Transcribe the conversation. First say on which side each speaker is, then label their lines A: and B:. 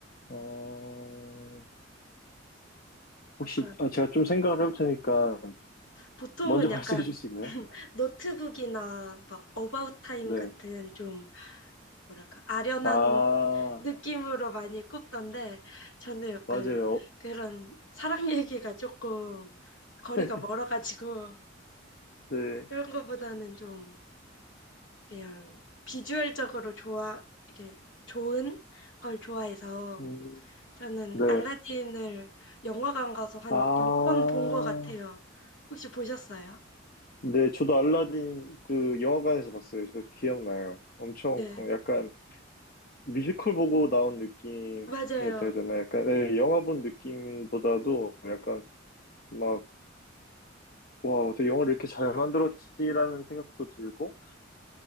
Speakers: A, on the left; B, on the left.
A: 어... 혹시
B: 약간
A: 아, 제가 좀 생각을 해볼 테니까
B: 보통은
A: 먼저
B: 약간
A: <laughs> 말씀해 주실 수 있나요?
B: 노트북이나 막 어바웃 타임
A: 네.
B: 같은 좀 뭐랄까 아련한
A: 아,
B: 느낌으로 많이 꼽던데 저는 약간
A: 맞아요.
B: 그런 사랑 얘기가 조금 거리가
A: <laughs>
B: 멀어가지고
A: 네.
B: 그런 거보다는 좀 그냥 비주얼적으로 좋아 이게 좋은 걸 좋아해서
A: 음,
B: 저는
A: 네.
B: 알라딘을 영화관 가서 한
A: 아,
B: 10번 본 것 같아요. 혹시 보셨어요?
A: 네. 저도 알라딘 그 영화관에서 봤어요. 저 기억나요. 엄청
B: 네,
A: 약간 뮤지컬 보고 나온 느낌이었다
B: 맞아요.
A: 해야 되나? 약간, 네, 영화 본 느낌보다도 약간 막, 와, 어떻게 영화를 이렇게 잘 만들었지라는 생각도 들고,